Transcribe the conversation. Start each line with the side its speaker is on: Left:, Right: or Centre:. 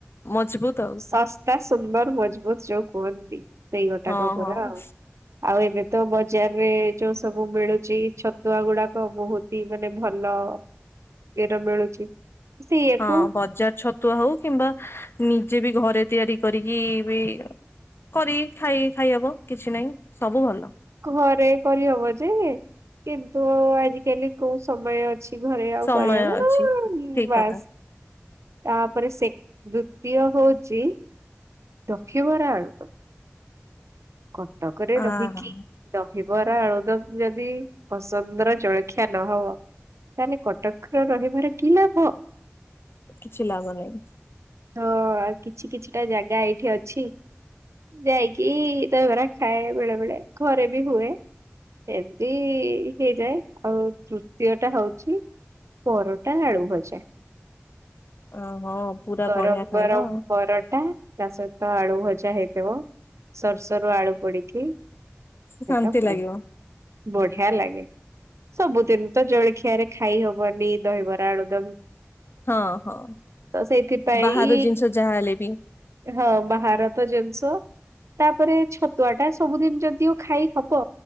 Left: ମଜବୁତ ଆଉ।
Right: ଶସ୍ତା ସୁନ୍ଦର ମଜବୁତ ଯୋଉ କୁହନ୍ତି। ସେଇ ଗୋଟାକ
Left: ହଁ
Right: ପରା
Left: ହଁ।
Right: ଆଉ। ଆଉ ଏବେ ତ ବଜାରରେ ଯୋଉ ସବୁ ମିଳୁଛି ଛତୁଆ ଗୁଡାକ ବହୁତ ହିଁ ମାନେ ଭଲ ଇଏ ର ମିଳୁଛି। ସେଇଆକୁ
Left: ହଁ ବଜାର ଛତୁଆ ହଉ କିମ୍ବା ନିଜେ ବି ଘରେ ତିଆରି କରିକି ବି କରି ଖାଇ ଖାଇହବ କିଛି ନାହିଁ ସବୁ ଭଲ।
Right: ଘରେ କରିହବ ଯେ କିନ୍ତୁ ଆଜିକାଲି କୋଉ ସମୟ କିଛି ଘରେ ଆଉ
Left: ସମୟ
Right: କରିହେବ
Left: ଅଛି
Right: <inaudible>
Left: ଠିକ
Right: ବାସ୍।
Left: କଥା।
Right: ତାପରେ ସେ ଦ୍ଵିତୀୟ ହଉଛି ଦହିବରା ଆଳୁଦମ୍। କଟକରେ
Left: ଆ
Right: ରହିକି
Left: ହା
Right: ଦ ଦହିବରା ଆଳୁଦମ ଯଦି ପସନ୍ଦର ଜଳଖିଆ ନହବ ତାହେଲେ କଟକର ରହିବାର କି ଲାଭ।
Left: କିଛି ଲାଭ ନାହିଁ।
Right: ହଁ ଆଉ କିଛି କିଛିଟା ଜାଗା ଏଇଠି ଅଛି ଯାଇକି ଦହିବରା ଖାଏ ବେଳେ ବେଳେ ଘରେ ବି ହୁଏ ଏମିତି ହେଇଯାଏ ଆଉ ତୃତୀୟ ଟା ହଉଛି ପରଟା ଆଳୁ ଭଜା
Left: ଅ ହଁ ପୁରା
Right: ଗରମ
Left: ବଢିଆ ଖାଇବା
Right: ଗରମ
Left: ଆଉ।
Right: ପରଟା ତା ସହିତ ଆଳୁ ଭ <unintelligible> ହୋଇଥିବ <unintelligible> ସରୁ ଆଳୁ ପଡିକି <unintelligible>
Left: ଶାନ୍ତି ଲାଗିବ
Right: ବଢ଼ିଆ ଲାଗେ। ସବୁଦିନ ତ ଜଳଖିଆରେ ଖାଇ ହବନି ଦହିବରା ଆଳୁଦମ।
Left: ହଁ ହଁ
Right: ସେଇଥିପାଇଁ
Left: ବାହାର ଜିନିଷ ଯାହା ହେଲେ ବି
Right: ହଁ ବାହାର ତ ଜିନିଷ ତାପରେ ଛତୁଆ ଟା ସବୁଦିନ ଯଦିଓ ଖାଇ ହବ